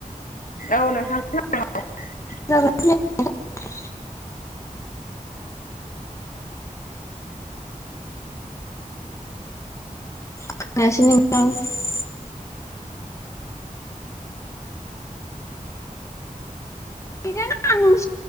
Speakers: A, on the left; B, on the left.
A: औ नोंथां ख <unintelligible>
B: जाग <unintelligible> खोनायासै <unintelligible> बेजाना <unintelligible>